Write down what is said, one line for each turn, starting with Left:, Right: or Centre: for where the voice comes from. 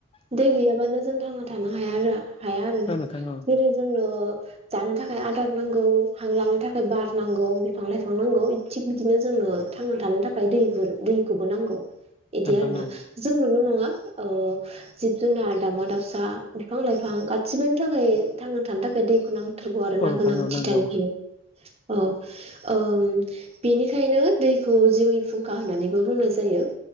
Right: दै गैयाबानो जों थांना थानो हाया हाया आरो ना
Left: औ नोंथां औ
Right: जेरै जोंनो जानो थाखाय आदार नांगौ हां लानो थाखाय बार नांगौ बे बिफां लाइफां नांगौ थिग बिदिनो जोंनो थांना थानो थाखाय दै दैखौबो नांगौ बिदि
Left: नोंथां
Right: आरोना
Left: औ
Right: जोंनोल' नङा ओ जिब जुनार दाउमा दावसा बिफां लाइफां गासिबोनि थाखाय थांना थानो थाखाय दैखौ नांगौ आरोना
Left: औ नोंथां
Right: गोनांथि
Left: औ नांगौ
Right: थार बेयो औ ओम बेनिखायनो दैखौ जिउनि फुंखा होननानैबो बुंनाय जायो।